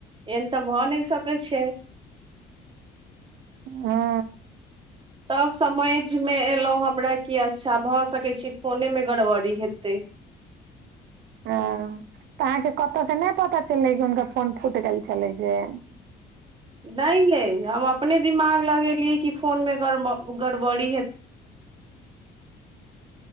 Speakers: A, on the right; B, on the right.
A: एहनतऽ भऽ नै सकै छै।
B: हँ
A: तब समझ मे एलौ हमरा कि अच्छा भऽ सकै छै फोने मे गड़बड़ी हेतै।
B: हँ तऽ आहाँके कतऽ से नै पता चललै कि हुनका फोन फूइट गेल छलै से-
A: नहि यै हम अपने दिमाग लगेलियै कि फोनमे गड़ब गड़बड़ी हे-